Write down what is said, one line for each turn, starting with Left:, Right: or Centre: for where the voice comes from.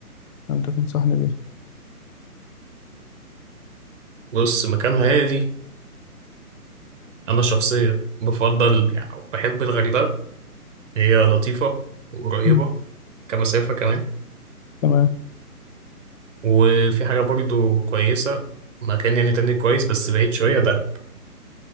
Left: فانت تنصحني بايه
Right: بص مكان هادي انا شخصيا بفضل يعني بحب الغردقة هي لطيفة وقريبة
Left: مم.
Right: كمسافة كمان
Left: تمام
Right: وفي حاجة برضو كويسة مكان يعني تاني كويس بس بعيد شوية دهب